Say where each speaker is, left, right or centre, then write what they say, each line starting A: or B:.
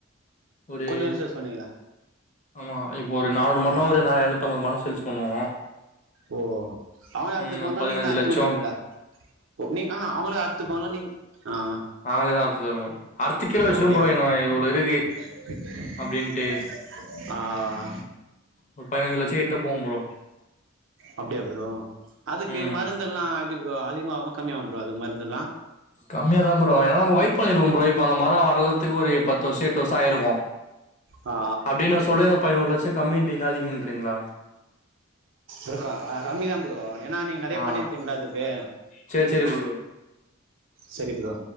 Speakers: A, on the left; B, on the right.
A: ஒரு
B: கொஞ்ச கொஞ்ச சேல்ஸ் பண்ணுவீங்களா
A: ஆமா இப்போ ஒரு நானூறு மரோனா
B: ஆ
A: ஒரு எரநூத்தம்பது மரோ சேல்ஸ் பண்ணுவோ
B: ஓ அவங்ளே அறுத்துப்பாங்ளா
A: ம் ஒரு பதினஞ்சு
B: நீங்ளே அறுத்து
A: லட்சோ
B: குடுப்பீங்ளா ஓ நீ ஆ அவங்களே அறுத்துப்பாங்ளா நீ ஆ
A: நாங்ளே தா அறுத்து தருவோ அறுத்து கீழ வச்சுருவோ
B: ஓ அப்டியா
A: ப்ரோ இவ்ள இருக்கு
B: <unintelligible>
A: அப்டின்ட்டு
B: ஆ
A: ஒரு பதினஞ்சு லட்ச கிட்ட போகு ப்ரோ
B: அப்டியா ப்ரோ அதுக்கு
A: ம்
B: மருந்தெல்லா எப்டி ப்ரோ அதிகமாவுமா கம்மியாவுமா ப்ரோ அதுக்கு மருந்தெல்லா
A: கம்மியா தா ப்ரோ ஏனா நம்ம வெயிட் பண்ணிருவோ ப்ரோ இப்ப அந்த மரோ வற்ளதுக்கு ஒரு பத்து வருஷோ எட்டு வருஷோ ஆயிருக்கு
B: ஆ
A: அப்டின் நா சொல்லே பதினொரு லட்சம் கம்மின்றிங்ளா அதிகன்றிங்ளா
B: இருக்கு கம்மிதா ப்ரோ ஏன்னா நீங்க நெறைய
A: ஆ
B: பண்ணிருப்பீங்கள அதுக்கு
A: சேரி சேரி ப்ரோ
B: சரி ப்ரோ